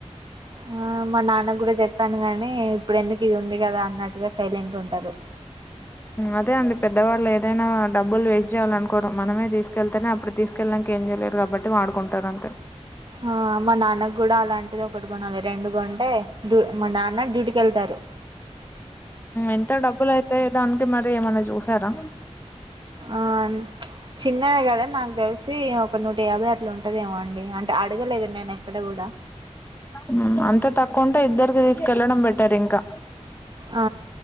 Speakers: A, on the right; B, on the left.
A: ఆ మా నాన్న కూడా చెప్పాను గాని ఇప్పుడు ఎందుకు ఇది ఉంది కదా అన్నట్టుగా సైలెంట్ ఉంటారు
B: అదే అండి పెద్దవాళ్ళు ఏదైనా డబ్బులు వేస్ట్ చేయాలనుకోరు మనమే తీసుకెళ్తేనే అప్పుడు తీసుకెల్లినంక కి ఏం చేయలేరు కాబట్టి వాడుకుంటారు అంతే
A: ఆ మా నాన్న కూడా అలాంటిది ఒకటి కొనాలి రెండు కొంటే డూ మా నాన్న డ్యూటీ కెళ్తారు
B: ఎంత డబ్బులు అయితాయి దానికి మరి ఏమన్న చూసారా
A: ఆ చిన్నది కదా నాకు తెలిసి ఒక నూట యాభై అట్లు ఉంటదేమో అండి అంటే అడగలేదు నేను ఎక్కడ కూడా
B: ఉమ్ అంత తక్కువ ఉంటే ఇద్దరికి తీసుకెళ్లడం బెటరు ఇంకా
A: ఆ